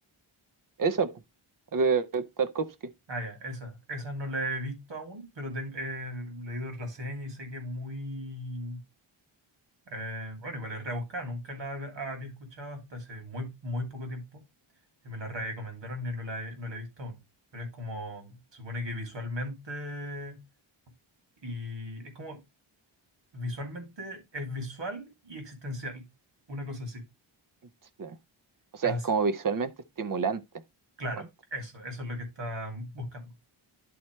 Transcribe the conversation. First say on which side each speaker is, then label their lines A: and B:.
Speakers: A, on the right; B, on the right.
A: Esa, po, de Tarkovsky.
B: Ah, ya, esa. Esa no la he visto aún, pero ten- he leído reseña y sé que es muy... eh, bueno, igual es rebuscada, nunca la hab- había escuchado hasta hace muy, muy poco tiempo. Y me la recomendaron y no la he, no la he visto aún. Pero es como, se supone que visualmente... Y es como, visualmente es visual y existencial. Una cosa así.
A: Sí. O sea,
B: Ah,
A: es
B: sí.
A: como visualmente estimulante.
B: Claro,
A: cuento.
B: eso, eso es lo que está buscando.